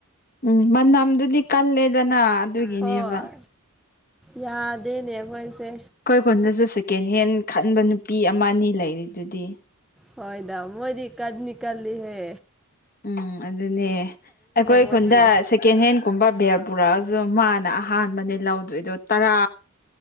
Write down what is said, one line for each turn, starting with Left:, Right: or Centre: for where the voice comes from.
Left: ꯎꯝ ꯃꯅꯝꯗꯨꯗꯤ ꯀꯜꯂꯦꯗꯅ ꯑꯗꯨꯒꯤꯅꯦꯕ
Centre: ꯍꯣꯏ ꯌꯥꯗꯦꯅꯦ ꯃꯣꯏꯁꯦ
Left: ꯑꯈꯣꯏ ꯀꯨꯟꯗꯁꯨ ꯁꯦꯀꯦꯟ ꯍꯦꯟ ꯈꯟꯕ ꯅꯨꯄꯤ ꯑꯃ ꯑꯅꯤ ꯂꯩꯔꯤꯗꯨꯗꯤ꯫
Centre: ꯍꯣꯏꯗ ꯃꯣꯏꯗꯤ ꯀꯗꯅꯤ ꯀꯜꯂꯤ ꯍꯦ
Left: ꯎꯝ ꯑꯗꯨꯅꯦ ꯑꯩꯈꯣꯏ
Centre: ꯃꯣꯏꯗꯤ
Left: ꯈꯨꯟꯗ ꯁꯦꯀꯦꯟ ꯍꯦꯟ ꯀꯨꯝꯕ ꯕꯦꯜ ꯄꯨꯔꯛꯑꯁꯨ ꯃꯥꯅ ꯑꯍꯥꯟꯕꯅꯦ ꯂꯧꯗꯣꯏꯗꯣ ꯇꯔꯥ